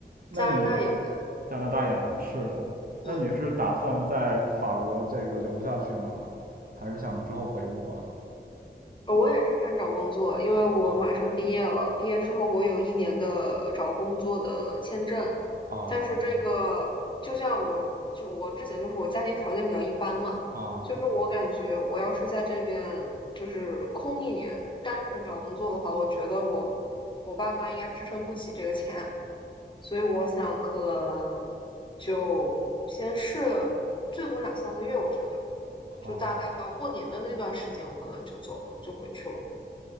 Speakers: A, on the right (about 50°); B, on the left (about 25°).
A: 那你
B: 加拿大也难。
A: 加拿大也难，是的。那你是打算在法国这个留下去吗？
B: 嗯。
A: 还是想之后回国？
B: 我也是看找工作，因为我马上毕业了。
A: 啊
B: 毕业之后，我有一年的找工作的签证，
A: 啊
B: 但是这个就像我，就我之前就是我家庭条件比较一般嘛，
A: 啊
B: 就是我感觉我要是在这边就是空一年，单纯找工作的话，我觉得我我爸妈应该支撑不起这个钱，所以我想可能就先试最多两三个月，我觉得
A: 啊！
B: 就大概到过年的那段时间，我可能就走了，就回去了。